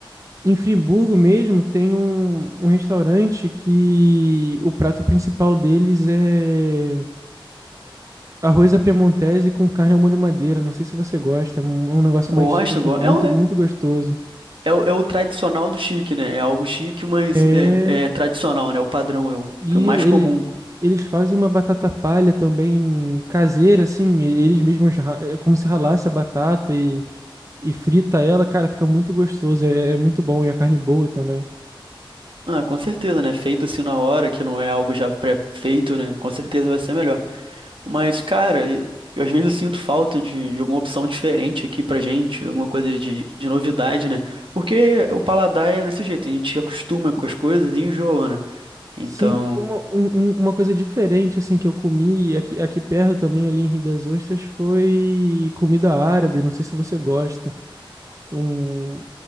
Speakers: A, on the right; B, on the right.
A: Em Friburgo mesmo tem um, um restaurante que o prato principal deles é arroz à piemontese com carne ao molho madeira. Não sei se você gosta, é um, é um negócio
B: Gosto,
A: mais chique, assim,
B: gosto.
A: muito,
B: É, o- é,
A: muito gostoso.
B: é, o é o tradicional do chique, né? É algo chique, mas
A: É.
B: é, é tradicional, né? É O padrão é o,
A: E
B: que é o mais
A: isso, eles,
B: comum.
A: eles fazem uma batata palha também caseira, assim, e- eles mesmos, ra- é como se ralasse a batata e, e frita ela, cara, fica muito gostoso, é, é muito bom e a carne boa também.
B: Ah, com certeza, né? Feito assim na hora, que não é algo já pré-feito, né? Com certeza vai ser melhor. Mas, cara, e- eu às vezes sinto falta de, de alguma opção diferente aqui pra gente, alguma coisa de, de novidade, né? Porque o paladar é desse jeito, a gente acostuma com as coisas e enjoa, né? Então.
A: Sim, uma, um- um- uma coisa diferente assim que eu comi aqui, aqui perto também, ali em Rio das Ostras, foi comida árabe, não sei se você gosta. Um,